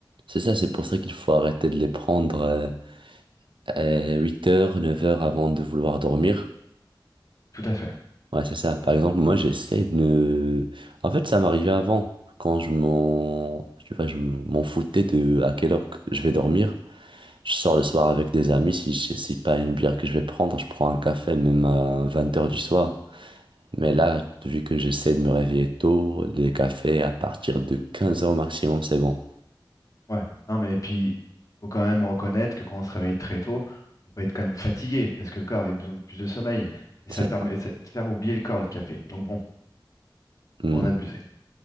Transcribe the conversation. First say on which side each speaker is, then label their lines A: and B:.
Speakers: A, on the right; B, on the left.
A: C'est ça, c'est pour ça qu'il faut arrêter de les prendre euh, euh, huit heures, neuf heures avant de vouloir dormir.
B: Tout à fait.
A: Ouais, c'est ça. Par exemple, moi, j'essaie de ne... En fait, ça m'arrivait avant, quand je m'en... Tu vois, je m'en foutais de à quelle heure que je vais dormir. Je sors le soir avec des amis, si je- c'est pas une bière que je vais prendre, je prends un café même à vingt heures du soir. Mais là, vu que j'essaie de me réveiller tôt, les cafés à partir de quinze heures maximum, c'est bon.
B: Ouais, non mais puis il faut quand même reconnaître que quand on se réveille très tôt, on peut être quand même fatigué parce que le corps avait besoin de plus de sommeil et ça
A: C'est
B: permet
A: ça.
B: ça- de faire oublier le corps le café. Donc bon,
A: Hmm.
B: on abusait.